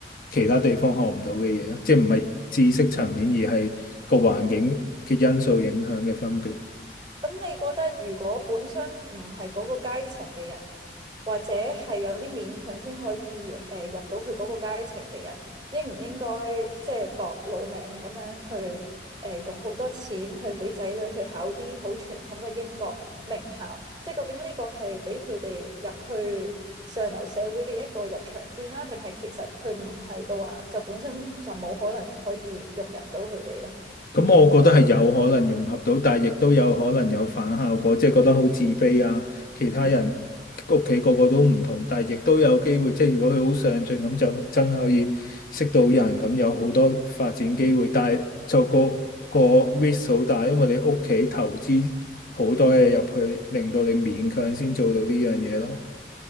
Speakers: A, on the left; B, on the right.
A: 其他地方學唔到嘅嘢，即係唔係知識層面，而係個環境嘅因素影響嘅分別。
B: 咁你覺得如果本身唔係嗰個階層嘅人，或者係有啲勉強先可以誒、呃入到去嗰個階層嘅人，應唔應該即係搏老命咁樣去誒、呃用好多錢去俾仔女去考啲好傳統嘅英國名校？即係究竟呢個係俾佢哋入去上流社會嘅一個入場券啦，定係其實佢唔係嘅話，就本身就冇可能可以融入到佢哋咧？
A: 咁我覺得係有可能融合到，但係亦都有可能有反效果，即係覺得好自卑啊。其他人屋企個個都唔同，
B: 嗯
A: 但係亦都有機會，即係如果佢好上進咁，就真係可以識到人，
B: 嗯。
A: 咁有好多發展機會。但係就個個 risk 好大，因為你屋企投資好多嘢入去，令到你勉強先做到呢樣嘢咯。